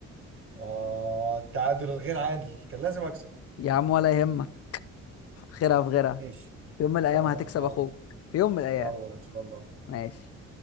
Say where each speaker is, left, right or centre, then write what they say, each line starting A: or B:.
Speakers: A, on the right; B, on the left.
A: اه التعادل الغير عادل كان لازم اكسب
B: يا عم ولا يهمك خيرها في غيرها
A: ان ماشي
B: في يوم من الايام
A: ان شاء الله
B: هتكسب
A: تتعوض
B: اخوك في يوم من الايام
A: تتعوض ان شاء الله
B: ماشي